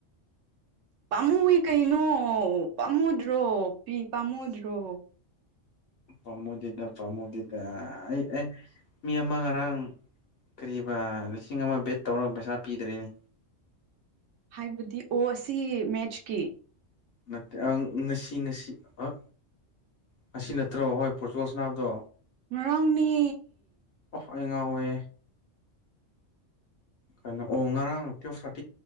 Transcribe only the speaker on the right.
ꯄꯥꯝꯃꯨꯋꯤ ꯀꯩꯅꯣ ꯑꯣ ꯄꯥꯝꯃꯨꯗ꯭ꯔꯣ ꯄꯤ ꯄꯥꯝꯃꯨꯗ꯭ꯔꯣ?
ꯍꯥꯏꯕꯗꯤ ꯑꯣ ꯑꯁꯤ ꯃꯦꯠꯆꯀꯤ
ꯉꯔꯥꯡꯅꯦ